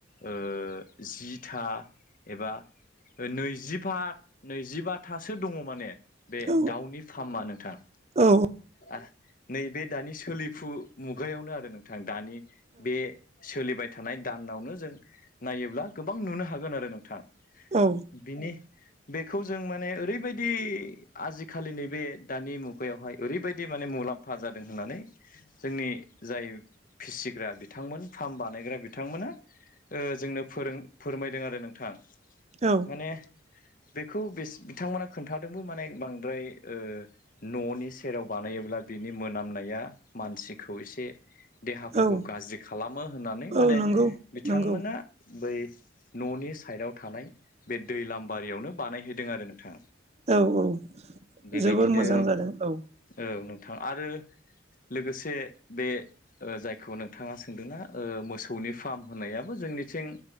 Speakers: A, on the left (about 45°); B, on the right (about 35°).
A: ओ जिथा एबा नैजिबा नैजिबाथासो दङ माने। बे
B: औ
A: दाउनि फार्मा नोंथां
B: औ
A: ओ नैबे दानि सो सोलिफु मुगायावनो आरो नोंथां दानि बे सोलिबाय थानाय दानावनो जों नायोब्ला गोबां नुनो हागोन आरो नोंथां।
B: औ
A: बिनि बेखौ जों माने ओरैबायदि आजिखालि नैबे दानि मुगायावहाय ओरैबायदि माने मु लाम्फा जादों होननानै जोंनि जाय फिसिग्रा बिथांमोन फार्म बानायग्रा बिथांमोना ओ जोंनो फोरों फोरमायदों आरो नोंथां
B: औ
A: माने बेखौ बिस बिथांमोना खोन्थादोंबो माने बांद्राय ओ न'नि सेराव बानायोब्ला बिनि मोनामनाया मानसिखौ एसे देहाफोरखौ
B: औ
A: गाज्रि खालामो होननानै
B: औ
A: माने
B: नंगौ
A: बिथांमोना
B: नंगौ
A: बै न'नि साइडाव थानाय बे दैलाम बारियावनो बानायहैदों आरो नोंथां।
B: औ औ
A: बेबायदिनो
B: जोबोर मोजां जादों औ
A: ओ नोंथां आरो लोगोसे बे ओ जायखौ नोंथाङा सोंदोंना ओ मोसौनि फार्म होननायाबो जोंनि बिथिं